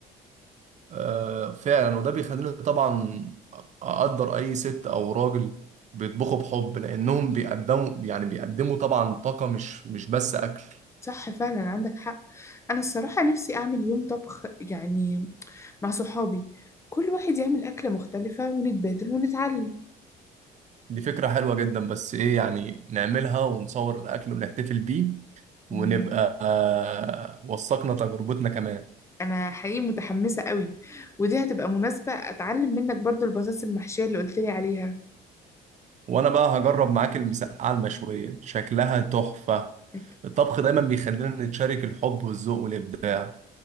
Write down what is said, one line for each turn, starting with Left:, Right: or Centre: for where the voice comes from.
Right: آه فعلا وده بيخليني طبعا اقدر اي ست او راجل بيطبخوا بحب لانهم بيقدموا يعني بيقدموا طبعا طاقة مش مش بس اكل
Left: صح فعلا عندك حق أنا الصراحة نفسي أعمل يوم طبخ يعني مع صحابي كل واحد يعمل أكلة مختلفة ونتبادل ونتعلم
Right: دي فكرة حلوة جدا بس ايه يعني نعملها ونصور الاكل ونحتفل بيه
Left: مم.
Right: ونبقى آه وثقنا تجربتنا كمان
Left: أنا حقيقي متحمسة قوي ودي هتبقى مناسبة أتعلم منك برضو البطاطس المحشية اللي قلتلي عليها
Right: وانا بقى هجرب معاك المسقعه المشويه شكلها تحفه
Left: أوكي.
Right: الطبخ دايما بيخلينا نتشارك الحب والذوق والابداع